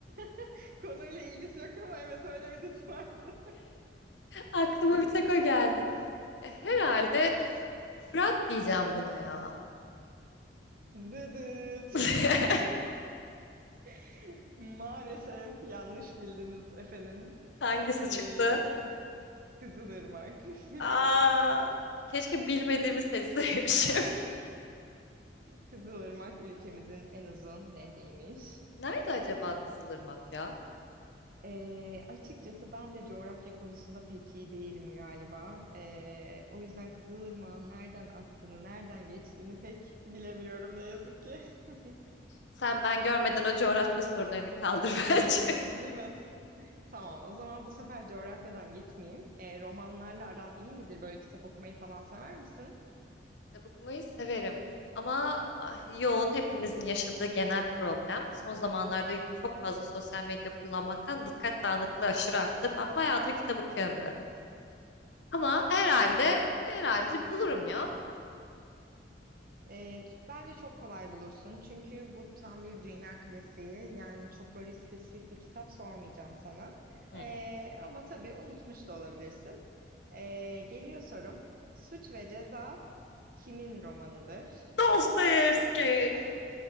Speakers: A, on the right (about 55°); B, on the left (about 75°).
A: <laughs> konuyla ilgisi yok ama evet öyle bir dizi vardı.
B: Aklıma bir tek o geldi. E, Herhalde
A: <laughs>
B: Fırat diyeceğim buna ya.
A: Dıdıt.
B: <laughs>
A: <laughs> Maalesef yanlış bildiniz efendim.
B: Hangisi
A: Ee,
B: çıktı?
A: Kızılırmak. <laughs>
B: Aa, keşke bilmediğimi seçseymişim.
A: Kızılırmak ülkemizin en uzun nehriymiş.
B: <laughs> Nerede acaba Kızılırmak ya?
A: Ee, açıkçası ben de coğrafya konusunda pek iyi değilim galiba. Ee, o yüzden Kızılırmak'ın nereden aktığını, nereden geçtiğini pek bilemiyorum ne yazık ki. <laughs>
B: Sen ben görmeden o coğrafya sorularını kaldır <laughs> bence.
A: Değil mi? <laughs> Tamam, o zaman bu sefer coğrafyadan gitmeyeyim. Ee, romanlarla aran iyi midir? Böyle kitap okumayı falan sever misin?
B: Kitap okumayı severim. Ama ah, yoğun hepimizin yaşadığı genel problem. Son zamanlarda çok fazla sosyal medya kullanmaktan dikkat dağınıklığı aşırı arttı. Ben bayağıdır kitap okuyamıyorum. Ama herhalde herhalde bulurum ya.
A: Ee, bence çok kolay bulursun. Çünkü bu tam bir dünya klasiği. Yani çok böyle spesifik bir kitap sormayacağım sana.
B: Hı.
A: Ee, ama tabii unutmuş da olabilirsin. Ee, geliyor sorum. Suç ve Ceza kimin romanıdır?
B: Dostoyevski.
A: <laughs>